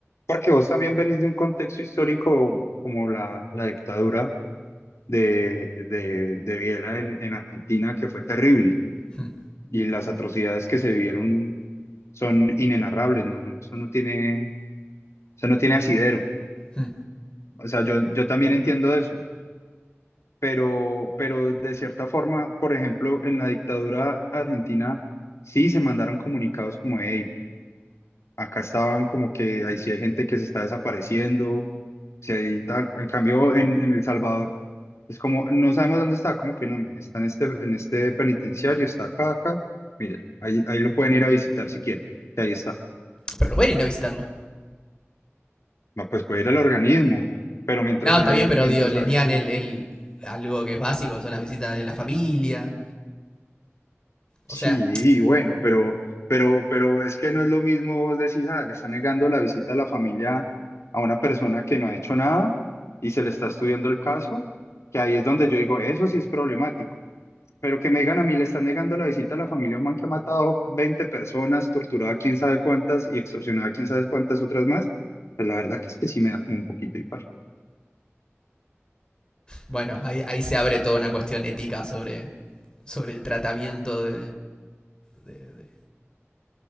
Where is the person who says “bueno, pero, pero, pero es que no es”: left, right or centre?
Left